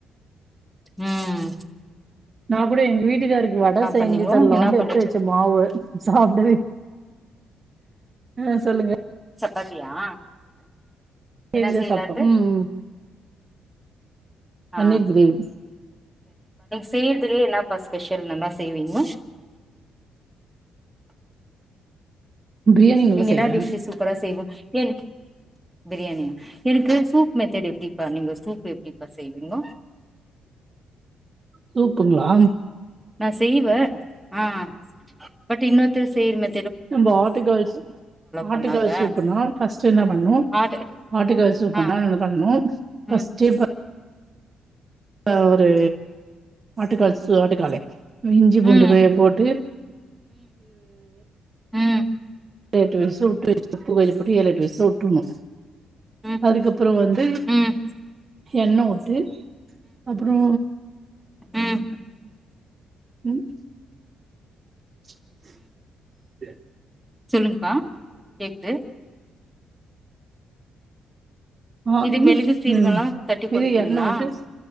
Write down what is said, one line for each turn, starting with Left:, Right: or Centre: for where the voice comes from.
Centre: உம்
Right: நா கூட எங்க வீட்டுக்காருக்கு வட செஞ்சு
Centre: பண்ணீங்கோ
Right: தரலான்ட்டு
Centre: என்னா பண்ணீங்க
Right: எத்து வெச்ச மாவு சாப்டவே ஆஹ் சொல்லுங்க
Centre: சப்பாத்தியா என்ன
Right: ஏவிதா
Centre: செய்யலான்ட்டு
Right: சாப்ட்டோ உம் ம்
Centre: ஆ
Right: பன்னீர் கிரேவி
Centre: செய்துலியே என்னாப்பா ஸ்பெஷல் நல்லா செய்வீங்க
Right: பிரியாணி நல்லா
Centre: நீங்க
Right: செய்வே
Centre: என்னா டிஷ்ஸு சூப்பரா செய்வோ என்க் பிரியாணி எனுக்கு சூப் மெத்தெடு எப்டிப்பா நீங்க சூப் ப்பு எப்டிப்பா செய்வீங்கோ
Right: சூப்புங்ளா
Centre: நா செய்வே ஆஹ் பட் இன்னொருத்தர் செய்ற மெ
Right: நம்ப ஆட்டுக்கால் சூப் ஆட்டுக்கால்
Centre: பண்ணாக்க
Right: சூப்புனா ஃபஸ்ட்டு என்ன பண்ணு
Centre: ஆடு
Right: ஆட்டுக்கால் சூப்புனா
Centre: ஆ
Right: ந பண்ணு ஃபஸ்டே
Centre: ம்
Right: அ ஒரு ஆட்டுக்கால் சூ ஆட்டுக்காலு இஞ்சி
Centre: ம்
Right: பூண்டு போய போட்டு
Centre: உம்
Right: எ எட்டு விசிலுட்டு <inaudible> ஏலெட்டு விசிலு உட்ருணு
Centre: ம்
Right: அதுக்கப்பறோ வந்து
Centre: ம்
Right: எண்ண உட்டு அப்புறோ
Centre: உம்
Right: ம் ஹு சரி <unintelligible>
Centre: சொல்லுங்ப்பா கேக்து
Right: ஆஹ்
Centre: இது
Right: ம்
Centre: மெழுகு சீரகல்லா
Right: ம்
Centre: தட்டி போட்டுப்பீங்களா
Right: இது எண்ண விட்டு